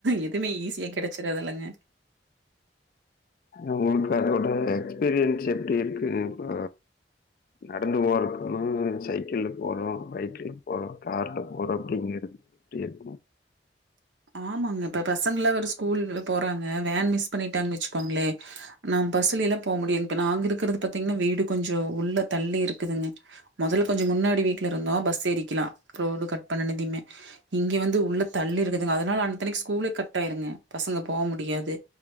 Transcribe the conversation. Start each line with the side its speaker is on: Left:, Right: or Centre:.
Right: எதுவுமே ஈஸியா கெடைச்சிராதில்லைங்க
Left: உங்களுக்கு அதோட எக்ஸ்பீரியன்ஸ் எப்டி இருக்கு இப்ப நடந்து போறதுக்கோ சைக்கிள்ல போறோ பைக்ல போறோ கார்ல போறோ அப்டிங்கிறது எப்டி இருக்கோ
Right: ஆமாங்க இப்ப பசங்கல்லா வேற ஸ்கூல்ல போறாங்க வேன் மிஸ் பண்ணிட்டாங்க வெச்சுக்கோங்களே நா பஸ்ஸுலல்லா போ முடியாது இப்ப நாங் இருக்கறது பாத்தீங்கன்னா வீடு கொஞ்சோ உள்ள தள்ளி இருக்குதுங்க மொதல்ல கொஞ்சோ முன்னாடி வீட்டுல இருந்தோ பஸ் ஏரிக்லா ரோடு கட் பண்ணனதிமே இங்க வந்து உள்ள தள்ளி இருக்குதுங்க அதனால அன்தனைக்கு ஸ்கூலே கட் ஆாயிருங்க பசங்க போ முடியாது